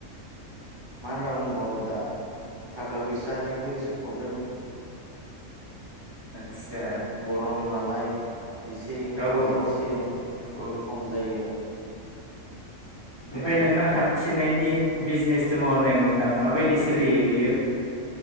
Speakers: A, on the right (about 20°); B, on the left (about 20°).
A: मा होनना बुंबावनो दा थाखा फैसानिबो एसे प्रब्लेम
B: <unintelligible> आदसा
A: गरम नालाय एसे इनकामा
B: औ औ
A: एसे
B: औ नंगौ
A: खम जायो बेबायदि
B: ओमफ्राय नोंहा
A: आरो
B: खानाय सिनायनि बिजनेस दङ होननायमोनदां माबायदि सोलियो बियो